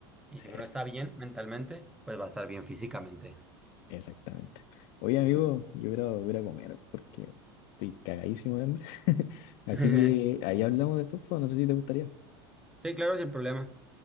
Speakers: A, in the centre; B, on the left.
A: y
B: Sí.
A: si uno está bien mentalmente, pues va a estar bien físicamente.
B: Exactamente. Oye, amigo, yo voy a, voy a ir a comer porque estoy cagadísimo de hambre. <laughs> Así
A: <laughs>
B: que ahí hablamos después, pues, no sé si te gustaría.
A: Sí, claro, sin problema.